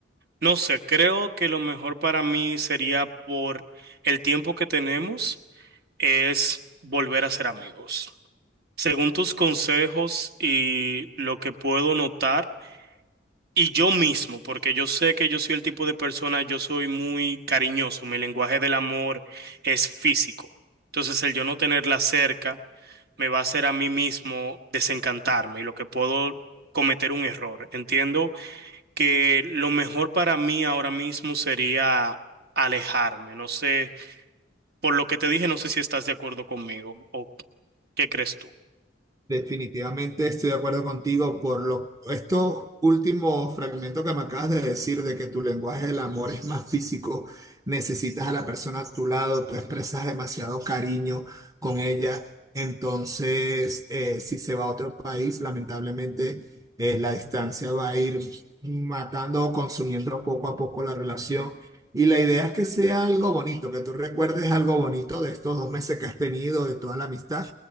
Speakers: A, on the right; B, on the right.
A: no sé, creo que lo mejor para mí sería por el tiempo que tenemos es volver a ser amigos. Según tus consejos y lo que puedo notar, Y yo mismo, porque yo sé que yo soy el tipo de persona, yo soy muy cariñoso, mi lenguaje del amor es físico. Entonces, el yo no tenerla cerca me va a hacer a mí mismo desencantarme y lo que puedo cometer un error. Entiendo que lo mejor para mí ahora mismo sería alejarme. No sé, por lo que te dije, no sé si estás de acuerdo conmigo o qué crees tú.
B: Definitivamente estoy de acuerdo contigo por lo, estos últimos fragmentos que me acabas de decir de que tu lenguaje del amor es más físico, necesitas a la persona a tu lado, tú expresas demasiado cariño con ella, entonces eh, si se va a otro país, lamentablemente eh, la distancia va a ir matando o consumiendo poco a poco la relación. Y la idea es que sea algo bonito, que tú recuerdes algo bonito de estos dos meses que has tenido, de toda la amistad,